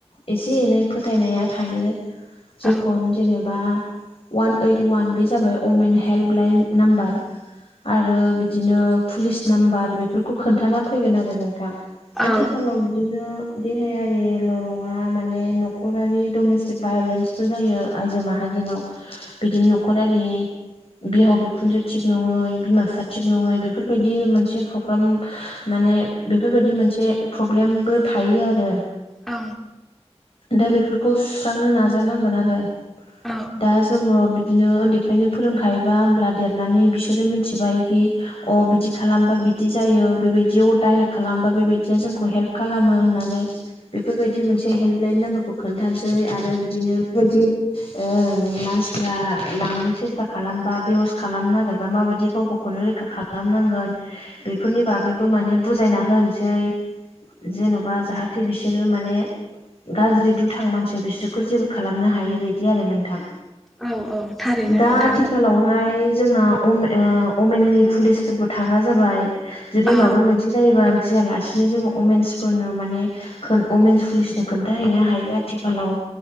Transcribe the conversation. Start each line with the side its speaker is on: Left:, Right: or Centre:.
Left: एसे एनै फोथायनाया थायो जेखन
Centre: औ
Left: जेनेबा अवान ओइट वान बे जाबाय अमेन हेल्प लाइन नाम्बार आरो बिदिनो पुलिस नाम्बार बेफोरखौ खोन्थाना फैगोन आरो नोंथां
Centre: औ
Left: आथिखालाव बिदिनो देहायारिल' नङा माने न'खरारि डमेस्टिक भायलेन्सबो जायो। आइजो माहारिनाव बिदिनो न'खरारि बिहाव बिखुनजो थिग नङै बिमा बिफा थिग नङै बेफोर बेफोरबायदि मोनसे प्रग्राम माने बेफोरबायदि मोनसे प्रब्लेमबो थायो आरो
Centre: औ
Left: दा बेफोरखौ सुस्रांनो नाजानांगोन आरो
Centre: औ
Left: दा जोङो बिदिनो उन्दैफ्रायनो फोरोंखायोबा होमब्ला देरनानै बिसोरो मिथिबायखि अ बिदि खालामबा बिदि जायो बेबायदि अ दायेल खालामबा बेबायदिया जोंखौ हेल्प खालामो होननानै बेफोरबायदि मोनसे हेल्प लाइन नाम्बारखौ खोनथानोसै आरो बिदिनो बेबायदि मानसिफ्रा लांनो सेस्था खालामबा बेवस् खालामनो नागिरबा माबायदि गाव गावखौनो रैखा खालामनांगोन बेफोरनि बागैबो माने बुजायना होनोसै जेन'बा जाहाथे बिसोरो माने गाज्रि दुथां मानसिया बिसोरखौ जेबो खालामनो हायै बादि आरो नोंथां
Centre: औ औ थारैनो
Left: दा
Centre: नोंथां
Left: आथिखालावहाय जोंना अमेननि पुलिस बो थाग्रा जाबाय जुदि
Centre: औ
Left: माबा मोनसे जायोबा गियालासिनो जोङो अमेन्सफोरनो माने वमेन्स पुलिसनो खोन्थाहैनो हायो आथिखालाव